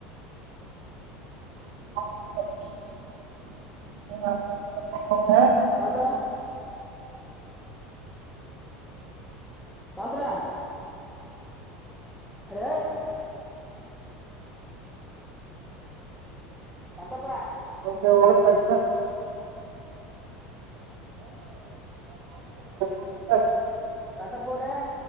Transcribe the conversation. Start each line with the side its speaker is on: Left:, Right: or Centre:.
Right: ಹ
Centre: ಕಾಂತ ಕಂತ್ರ ಅರ ಕಾಂತಪ್ಪ
Right: ಹಾಳಪ ಇಲ್ಲ <inaudible> <inaudible>
Centre: ಕಂತಪ್ಗೌ್ರ